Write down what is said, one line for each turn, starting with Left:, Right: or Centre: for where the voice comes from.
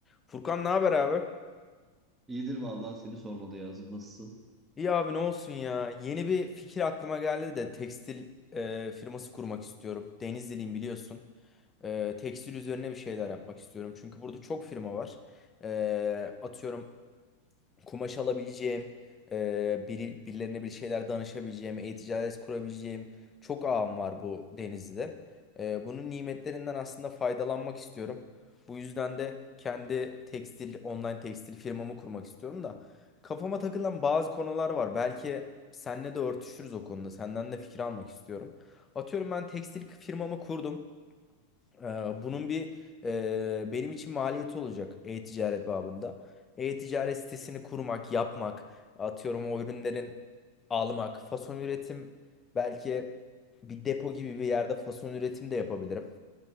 Left: Furkan ne haber abi?
Right: İyidir vallahi seni sormalı yazdım. Nasılsın?
Left: İyi abi ne olsun ya. Yeni bir fikir aklıma geldi de tekstil e, firması kurmak istiyorum. Denizliliyim biliyorsun. E, tekstil üzerine bir şeyler yapmak istiyorum. Çünkü burada çok firma var. E, atıyorum kumaş alabileceğim, e, biri, birilerine bir şeyler danışabileceğim, e-ticaret kurabileceğim çok ağım var bu Denizli'de. E, bunun nimetlerinden aslında faydalanmak istiyorum. Bu yüzden de kendi tekstil, online tekstil firmamı kurmak istiyorum da kafama takılan bazı konular var. Belki seninle de örtüşürüz o konuda. Senden de fikir almak istiyorum. Atıyorum ben tekstil firmamı kurdum. Ee, Bunun bir e, benim için maliyeti olacak e-ticaret babında. E-ticaret sitesini kurmak, yapmak, atıyorum o ürünlerin almak, fason üretim belki bir depo gibi bir yerde fason üretim de yapabilirim.